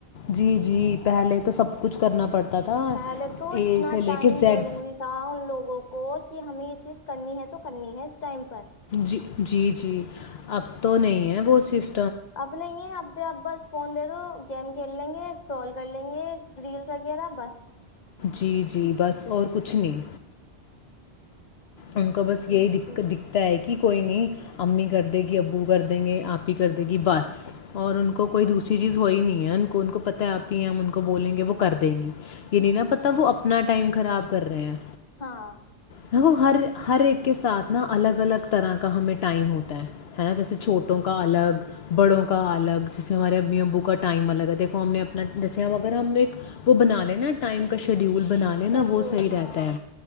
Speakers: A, on the left; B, on the left.
A: جی جی پہلے تو سب کچھ کرنا پڑتا تھا
B: پہلے تو
A: اے
B: اتنا
A: سے لے
B: ٹائم
A: کے زیڈ
B: ضروری تھا ان لوگوں کو کہ ہمیں چیز کرنی ہے تو کرنی ہے ٹائم پر
A: جی جی جی اب تو نہیں ہے وہ سس
B: اب نہیں ہے اب اب بس فون دے دو گیم کھیل لیں گے اسکرال کر لیں گے ریلس وغیرہ بس
A: جی جی بس اور کچھ نہیں ان کو بس
B: جی
A: یہی دکھتا
B: جی
A: ہے کہ کوئی نہیں امی کر دے گی ابو کر دیں گے آپ ہی کر دے گی بس اور ان کو کوئی دوسری چیز ہو ہی نہیں ہے ان کو ان کو پت ہے آپ ہی ہیں ہم ان کو بولیں گے وہ کر دیں گی یہ نہیں نا پتا وہ اپنا ٹائم خراب کر رہے ہیں
B: ہاں
A: دیکھو ہر ہر ایک کے ساتھ نا الگ الگ طرح کا ہمیں ٹائم ہوتا ہے نا جیسے چھوٹوں کا الگ بڑوں کا الگ جیسے ہمارے امی ابو کا ٹائم الگ ہے دیکھو ہم نے اپنا جیسے ہم اگر ہم ایک وہ بنانے ائم کا شیڈیول بنا لیںینا
B: شیڈیول
A: وہ صحیح رہتا
B: ہاں
A: ہے